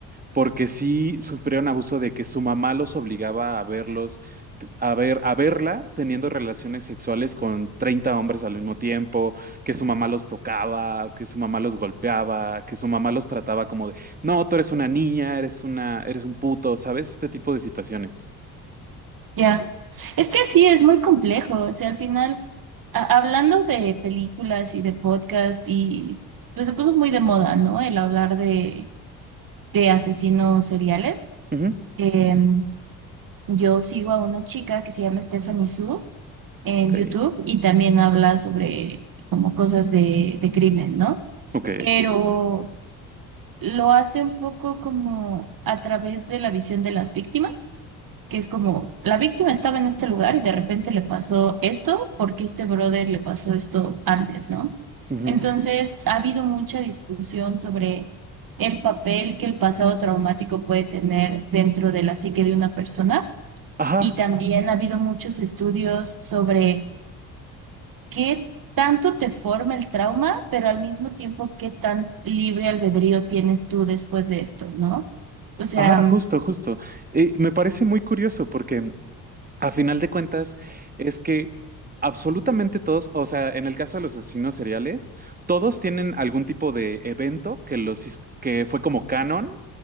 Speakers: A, on the right (about 20°); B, on the right (about 55°).
A: porque sí sufrieron abuso de que su mamá los obligaba a verlos, t- a ver, a verla teniendo relaciones sexuales con 30 hombres al mismo tiempo, que su mamá los tocaba, que su mamá los golpeaba, que su mamá los trataba como de, no, tú eres una niña, eres una, eres un puto, ¿sabes? Este tipo de situaciones.
B: Ya. Es que sí, es muy complejo. O sea, al final, a- hablando de películas y de podcast, y pues se puso muy de moda, ¿no? El hablar de, de asesinos seriales.
A: Ujú,
B: Em, yo sigo a una chica que se llama Stephanie Su en
A: Ok,
B: YouTube y también habla sobre como cosas de, de crimen, ¿no?
A: ok.
B: Pero lo hace un poco como a través de la visión de las víctimas, que es como la víctima estaba en este lugar y de repente le pasó esto porque este brother le pasó esto antes, ¿no?
A: ujú.
B: Entonces ha habido mucha discusión sobre el papel que el pasado traumático puede tener dentro de la psique de una persona
A: Ajá,
B: y también ha habido muchos estudios sobre qué tanto te forma el trauma, pero al mismo tiempo qué tan libre albedrío tienes tú después de esto, ¿no? O sea,
A: ajá,
B: mm,
A: justo, justo. Eh, me parece muy curioso porque A final de cuentas, es que absolutamente todos, o sea, en el caso de los asesinos seriales, todos tienen algún tipo de evento que los hiz- que fue como canon